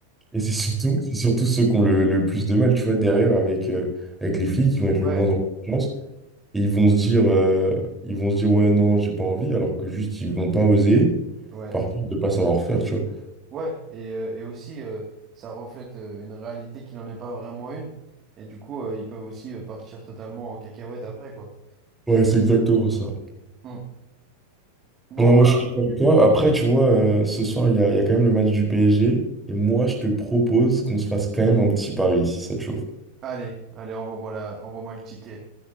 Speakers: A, in the centre; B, on the right.
A: Et c'est surtout, c'est surtout ceux qui ont le, le plus de mal, tu vois, derrière avec, euh, avec les filles qui vont être
B: Ouais.
A: le moins en confiance. Et ils vont se dire, euh, ils vont se dire, ouais, non, j'ai pas envie, alors que juste, ils vont pas oser
B: Ouais.
A: par peur de pas savoir faire, tu vois.
B: Ouais, et, euh, et aussi, euh, ça reflète euh, une réalité qui n'en est pas vraiment une. Et du coup, euh, ils peuvent aussi euh, partir totalement en cacahuète après, quoi.
A: Ouais, c'est exactement ça.
B: Mm. Bon,
A: Non,
B: bah,
A: moi je suis d'accord avec toi. Après, tu vois, euh, ce soir, il y a, il y a quand même le match du PSG. Et moi, je te propose qu'on se fasse quand même un petit pari, si ça te chauffe.
B: allez, allez, envoie-moi la, envoie-moi le ticket.